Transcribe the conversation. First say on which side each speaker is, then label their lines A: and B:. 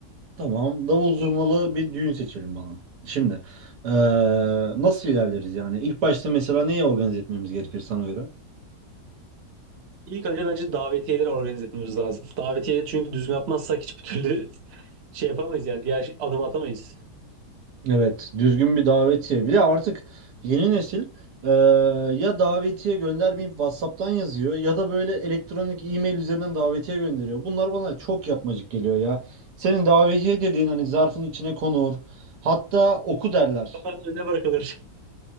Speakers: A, on the right; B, on the right.
A: Tamam. Davul zurnalı bir düğün seçelim bana. Şimdi eee, nasıl ilerleriz yani? İlk başta mesela neyi organize etmemiz gerekir sana göre?
B: İlk önce bence davetiyeleri organize etmemiz lazım. Davetiye çünkü düzgün atmazsak hiçbir türlü <laughs> şey yapamayız yani. Diğer şey, adım atamayız.
A: Evet, düzgün bir davetiye. Bir de artık yeni nesil eee, ya davetiye göndermeyip WhatsApp'tan yazıyor ya da böyle elektronik e-mail üzerinden davetiye gönderiyor. Bunlar bana çok yapmacık geliyor ya. Senin davetiye dediğin hani zarfın içine konur. Hatta oku derler.
B: Kapının önüne bırakılır. <laughs>